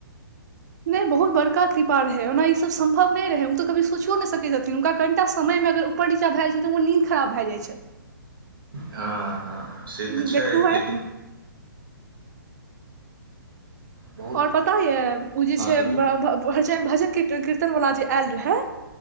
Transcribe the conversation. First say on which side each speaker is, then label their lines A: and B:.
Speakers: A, on the right; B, on the right.
A: नहि बहुत बड़का कृपा रहै ओना ईसभ सम्भव नय रहै ओ तऽ कभी सोचियो नय सकै छथिन हुनका कनिटा समय घर ऊपर नीचा भए जाइ छै तऽ व नीद खराब भए जाइ छै
B: हँ हँ से
A: लेकिन
B: तऽ छै
A: देखू आइ
B: लेकिन बहुत
A: और पता ऐ ओ जे
B: हँ
A: छै
B: कहियौ
A: बरा भ भ भजन कीर्तन कीर्तन वला जे आयल रहै